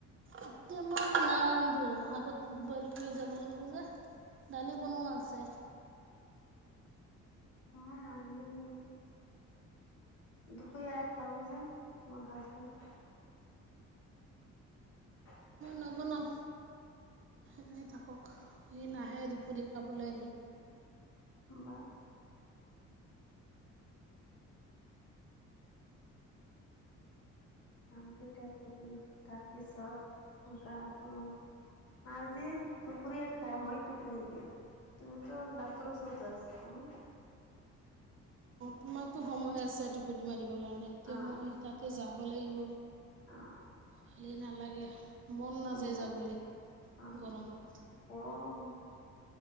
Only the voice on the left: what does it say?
অহ আমি বোলো দুপুৰীয়া খাব যাম মোৰ হাজবেণ্ড। <inaudible>
বা কামকেইটা কৰি তাৰপিছত গা ধুম। আজি দুপৰীয়া খাই মই টোপনি দিম। তুমি ত ডাক্তৰ ওচৰত যাই আছে
অ
অ
মোৰ
অ
গৰম